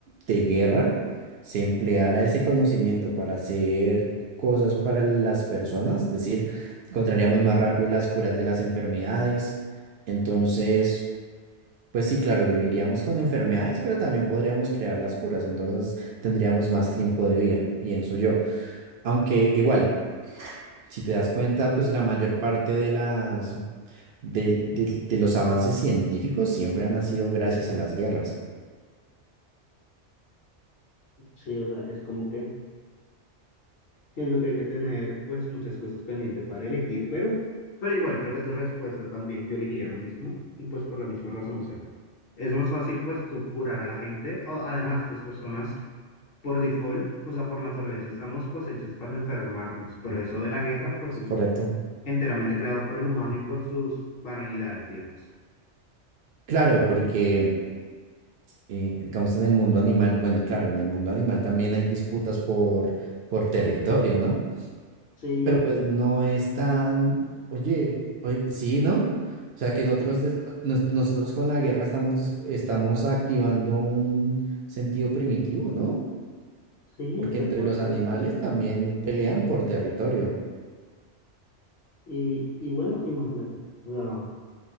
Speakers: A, on the right; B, on the left.
A: de guerra, se empleara ese conocimiento para hacer cosas para las personas, es decir, encontraríamos más rápido las curas de las enfermedades. Entonces... Pues sí, claro, viviríamos con enfermedades, pero también podríamos crear las curas, entonces tendríamos más tiempo de vida, pienso yo. Aunque igual, si te das cuenta, pues la mayor parte de las de, de- de los avances científicos siempre han nacido gracias a las guerras.
B: Sí, o sea, es como que siendo que hay que tener pues muchas cosas pendientes para elegir, pero, pero igual creo que tu respuesta también yo elegiría lo mismo y pues por la misma razón, o sea, es más fácil pues tú curar a la gente, o, además las personas por default, o sea, por naturaleza estamos pues hechas para enfermarnos, pero eso de la guerra pues
A: ¿Es
B: eso
A: correcto?
B: es enteramente creado por el humano y por sus banalidades, digamos.
A: Claro, porque eh, digamos en el mundo animal, bueno, claro, en el mundo animal también hay disputas por por territorio, ¿no?
B: Sí,
A: pero pues no es tan, oye, oye, sí, ¿no? O sea que nosotros, des- nos- nosotros con la guerra estamos, disp- estamos activando un sentido primitivo, ¿no?
B: sí,
A: Porque
B: tal
A: entre
B: cual
A: los animales
B: es.
A: también pelean por territorio.
B: Y, y bueno, imagínate, o sea,